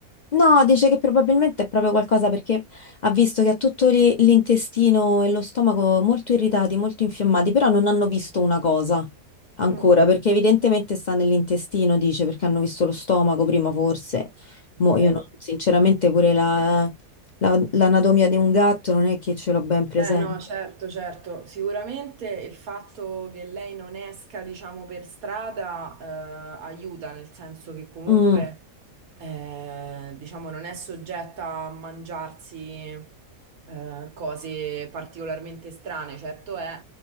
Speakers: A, on the left (about 50°); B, on the right (about 80°).
A: No, dice che probabilmente è proprio qualcosa perché ha visto che ha tutto lì l'intestino e lo stomaco molto irritati, molto infiammati, però non hanno visto una cosa ancora,
B: Mm, Ok.
A: perché evidentemente sta nell'intestino, dice, perché hanno visto lo stomaco prima forse. Mo'
B: ok.
A: io no, sinceramente pure la- la- l'anatomia di un gatto non è che ce l'ho ben presente.
B: Eh no, certo, certo. Sicuramente il fatto che lei non esca, diciamo, per strada, eh, aiuta, nel senso che comunque,
A: Mm,
B: eh, diciamo, non è soggetta a mangiarsi. eh, cose particolarmente strane. Certo è